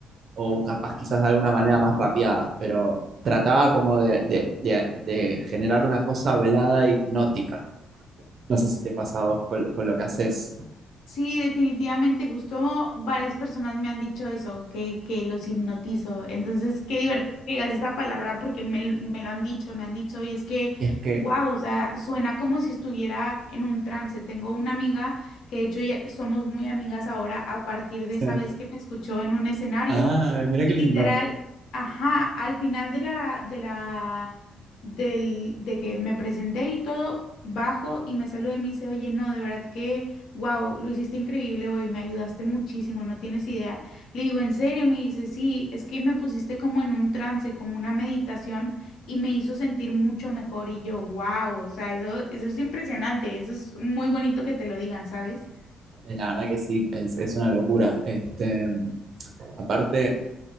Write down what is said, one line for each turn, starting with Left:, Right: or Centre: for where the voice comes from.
Right: o capaz quizás de alguna manera más rapeadas, pero trataba como de, de, de- de generar una cosa hablada e hipnótica. No sé si te pasa a vos con, con lo que haces.
Left: Sí, definitivamente, justo varias personas me han dicho eso, que, que los hipnotizo. Entonces, qué divertido que digas esa palabra porque me, me lo han dicho, me han dicho, y es que,
Right: Y es que,
Left: wow, o sea, suena como si estuviera en un trance. Tengo una amiga que de hecho ya somos muy amigas ahora a partir de
Right: sí.
Left: esa vez que me escuchó en un escenario.
Right: Ah, mira
Left: Y
Right: qué lindo.
Left: Literal, ajá, al final de la, de la, del, de que me presenté y todo, bajo y me saludé y me dice, oye, no, de verdad que Wow, lo hiciste increíble hoy, me ayudaste muchísimo, no tienes idea. Le digo, ¿en serio? Me dice, sí, es que me pusiste como en un trance, como una meditación y me hizo sentir mucho mejor. Y yo, wow, o sea, eso, eso es impresionante, eso es muy bonito que te lo digan, ¿sabes?
Right: Eh, La verdad que sí, es, es una locura. Este, Aparte,